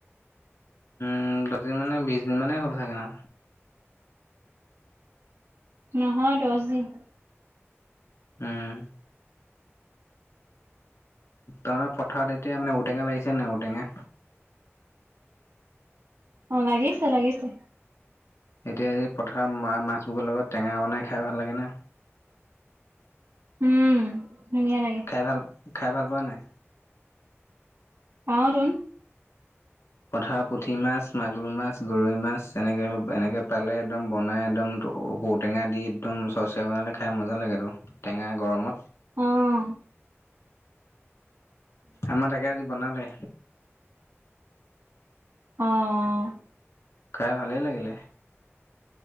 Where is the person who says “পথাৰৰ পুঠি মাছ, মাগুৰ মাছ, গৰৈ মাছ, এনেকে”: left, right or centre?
Left